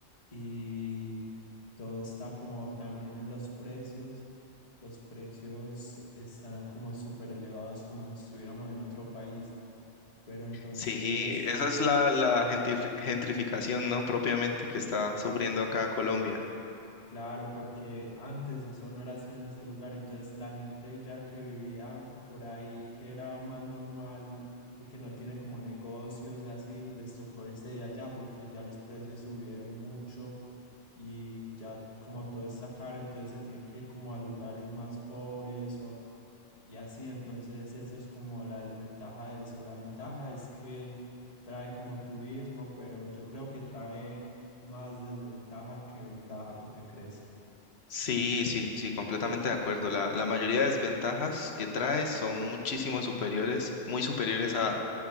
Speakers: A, on the left; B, on the left.
A: y todo está como también en los precios. Los precios están como súper elevados como si estuviéramos en otro país, pero entonces
B: Sí, esa es la, la gentrifi- gentrificación, ¿no? Propiamente que está sufriendo acá Colombia.
A: Claro, porque antes eso no era así en ese lugar, entonces la gente ya que vivía por ahí, que era más normal y y que no tiene como negocios y así, les tocó irse de allá porque ya los precios subieron mucho y ya como todo está caro, entonces se tienen que ir como a lugares más pobres o, y así, entonces eso es como la desventaja de eso. La ventaja es que trae como turismo, pero yo creo que trae más desventaja que ventaja, ¿tú qué crees?
B: Sí, sí, sí, completamente de acuerdo. La, la mayoría de desventajas que trae son muchísimo superiores, muy superiores a,